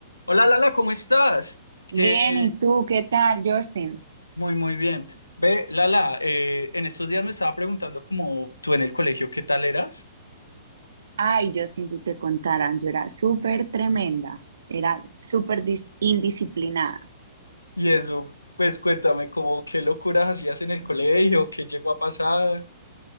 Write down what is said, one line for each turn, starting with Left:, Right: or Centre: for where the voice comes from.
Left: Hola Lala, ¿cómo estás? Que
Right: Bien, ¿y tú qué tal, Justin?
Left: muy muy bien. Ve, Lala, eh, en estos días me estaba preguntando como tú en el colegio qué tal eras.
Right: Ay, Justin, si te contaran, yo era súper tremenda, era súper dis- indisciplinada.
Left: Y eso, pues cuéntame como qué locuras hacías en el colegio, qué llegó a pasar.